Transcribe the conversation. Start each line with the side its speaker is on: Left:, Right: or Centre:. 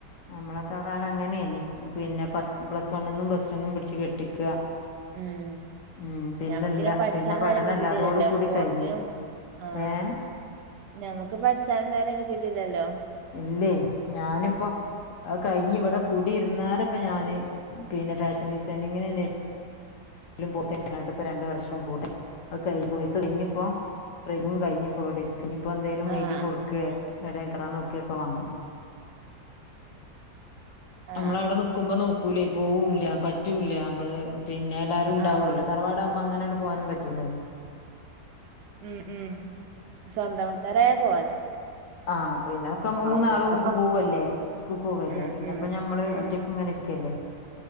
Left: നമ്മളൊക്കെ കാലം അങ്ങനെയേന് പിന്നെ പത് പ്ലസ് വണ്ണന്നും പ്ലസ്റ്റൂന്നും പിടിച്ച് കെട്ടിക്ക
Right: ഉം
Left: ഉം പിന്നില്ല
Right: ഞമ്മക്കിനി പഠിച്ചാൻ
Left: പിന്നെ പഠനംല്ലാതോട്
Right: നേരം കിട്ടിട്ടില്ലല്ലോ
Left: കൂടി
Right: പോത്തിനും
Left: കഴിഞ്
Right: ആഹ്
Left: ഏഹ്
Right: ഞമ്മക്ക് പഠിച്ചാനും നേരം കിട്ടീട്ടില്ലല്ലോ
Left: ഇല്ലേ ഞാനിപ്പോ അത് കഴിഞ് ഇവിടെ കൂടിയിരുന്നാരിപ്പ ഞാന് പിന്നെ ഫാഷൻ ഡിസൈനിങ്ങിന് അന്നെ പൊട്ടേ അല്ലാണ്ട് ഇപ്പൊ രണ്ട് വർഷം പോട്ടെ അത് കഴിഞ് കോഴ്സ് കഴിഞ്ഞ് ഇപ്പോ ട്രെയിനിങ്ങും കഴിഞ് ഇപ്പോ ഇവിടെ ഇരിക്ക്ന്ന് ഇപ്പോ എന്തേലും
Right: ആഹ്
Left: എഴുതി കൊടുക്കേ എവിടേലും കേറാൻ നോക്കക്കെ വേണം
Right: ആഹ്
Left: അമ്മ ള്അവിടെ നിക്കുമ്പോ നോക്കൂലേ പോവൂല്ല പറ്റൂല നമ്മള് പിന്നെല്ല ഉണ്ടാവുമല്ലോ
Right: ആഹ്
Left: തറവാടാകുമ്പോ അങ്ങനെയങ്ങട് പോവാനും പറ്റൂലല്ലോ
Right: ഉം ഉം സ്വന്തം വീട്ടാരായ പോവാലോ
Left: ആ പിന്നെ ഒക്കെ മൂന്നാളും
Right: ആഹ് പിന്നൊക്കെ
Left: പോവല്ലേ സ്കൂക്ക് പോവല്ലേ
Right: ഉം
Left: പിന്നെ
Right: ഉം
Left: ഇപ്പ ഞമ്മള്
Right: ഉം
Left: ഒറ്റ ഇങ്ങനെയിരിക്കല്ലേ